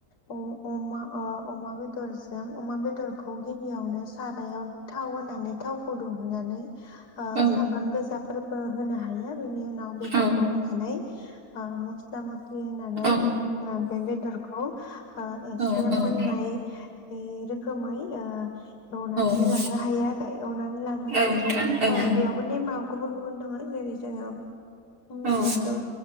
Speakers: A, on the left; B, on the right.
A: होमबा अ अमा ओ अमा बेदर जों अमा बेदर खौ गिबियावनो सारायाव थाव होनानै थाव फुदुंनानै ओ
B: औ
A: सामब्राम गोजाफोरबो होनो हायो बेनि उनाव बेदरखौ
B: औ
A: होनानै अ मस्ला म होनानै
B: औ
A: बे बेदरखौ एसे
B: औ औ
A: मोननाय रोखोमै ओ एवनानै
B: औ
A: लानो हायो आरो एवनानै लानानै
B: नोंथां औ
A: बेयाव नेमाव गुबुन गुबुन दङ जेरै जोङो बेदरखौ
B: औ